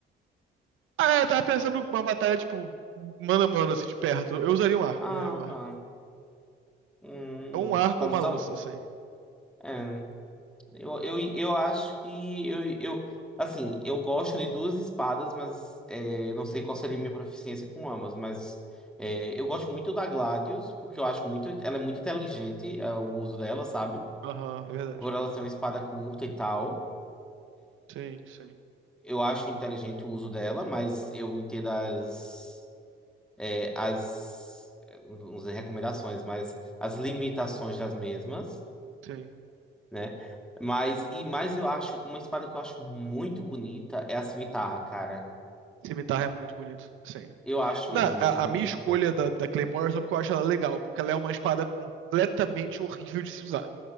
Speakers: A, on the right; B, in the centre.
A: Ah, eu tava pensando uma batalha, tipo, mano a mano, assim, de perto. Eu usaria um arco,
B: Ah,
A: eu usaria um arco.
B: tá. Hum,
A: Ou um arco
B: vamos
A: ou uma
B: só.
A: lança, assim.
B: É, eu, eu, eu acho que eu, eu assim, eu gosto de duas espadas, mas é, não sei qual seria a minha proficiência com ambas, mas é, eu gosto muito da Gladius, porque eu acho muito, ela é muito inteligente, é, o uso dela, sabe?
A: Aham, é verdade.
B: Por ela ser uma espada curta e tal.
A: Sim, sim.
B: Eu acho inteligente o uso dela, mas eu entendo as, é, as, não sei, recomendações, mas as limitações das mesmas.
A: Sim.
B: né? Mas, e mais eu acho, uma espada que eu acho muito bonita é a cimitarra, cara.
A: Cimitarra é muito bonito. Sim.
B: Eu acho
A: Não,
B: muito
A: a,
B: bonita.
A: a minha escolha da, da Claymore é só porque eu acho ela legal, porque ela é uma espada completamente horrível de se usar.